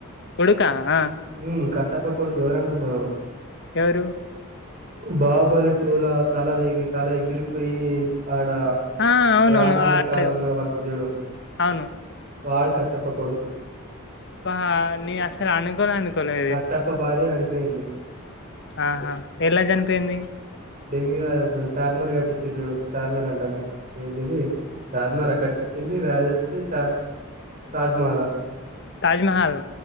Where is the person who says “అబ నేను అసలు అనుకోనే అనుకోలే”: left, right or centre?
Left